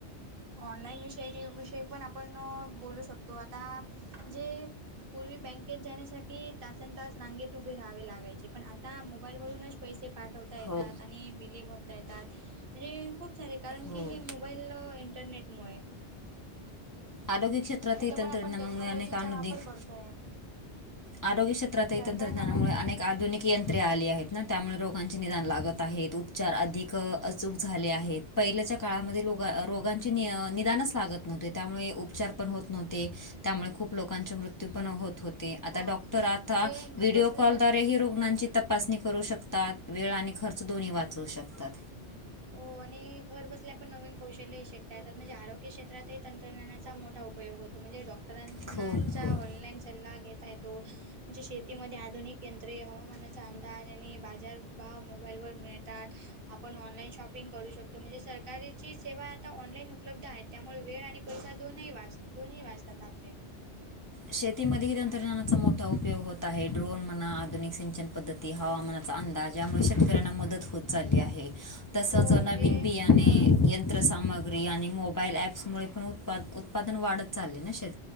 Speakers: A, on the right; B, on the left.
A: ऑनलाईन विषय विषय पण आपण बोलू शकतो आता जे, पूर्वी बँकेत जाण्यासाठी तासन तास रांगेत उभे राहावे लागायचे पण आता मोबाईलवरूनच पैसे, पाठवता येतात
B: हो
A: आणि बिले भरता येतात म्हणजे खूप सारे कारण
B: हो
A: की हे मो, मोबाईल इंटरनेटमुळे
B: आरोग्य क्षेत्रातील
A: तिथं
B: तंत्रज्ञानामुळे
A: पण आपण टेक्नॉलॉजीचा
B: अनेक अधिक,
A: वापर करतोय
B: आरोग्य क्षेत्रातही
A: तंत्रज्ञाना
B: तंत्रज्ञानामुळे अनेक आधुनिक, ्रे आ आहेत त्यामुळे रोगांचे निदान लागत आहेत उपचार अधिक अचूक झाले आहेत पहिले चात, काळामध्ये रोगांचे निदानच लागत नव्हते. त्यामुळे, उपचार पण होत नव्हते. त्यामुळे खूप लोकांचे मृत्यू पण होत हो आता डॉक्टर
A: म्हणजे
B: आता
A: घर
B: व्हिडिओ
A: बसल्या
B: कॉलद्वारे ही रुग्णांची तपा तपासणी करू शकतात. वेळ आणि खर्च दोन्ही वाचवू शकतात.
A: हो आणि घर बसल्या पण नवीन कौशल्यही शिकतात म्हणजे आरोग्य शेत तर ते तंत्रज्ञानाचा मोठा उपयोग होतो. म्हणजे डॉक्टरांनाचा
B: खूप खूप
A: ऑनलाईन सल्ला घेता ये तो. म्हणजे शेतीमध्ये आधुनिक यंत्रे, हवामानाचा अंदाज आणि बाजारभाव मोबाईल वर मिळतात. आपण ऑनलाईन शॉपिंग करू शकतो. म्हणजे सरकारीची सेवा, आता ऑनलाईन उपलब्ध आहे. त्यामुळे, वेळ आणि पैसा दोनही वाच दोनही वाचतात आपले.
B: शेतीमध्ये तंत्रज्ञानाचा मोठा उपयोग होत आहे. ड्रोन, म्हणा आधुनिक सिंचन पद्धती, हवामानाचा अंदाज यामुळे शेतकऱ्यांना मदत होत चालली आहे. तसच
A: हो म्हणजे
B: नवीन बियाणे
A: हां
B: यंत्र साम ग्री आणि मोबाईल ऍप्समुळे पण उत् उत्पादन वाढत चालले. शे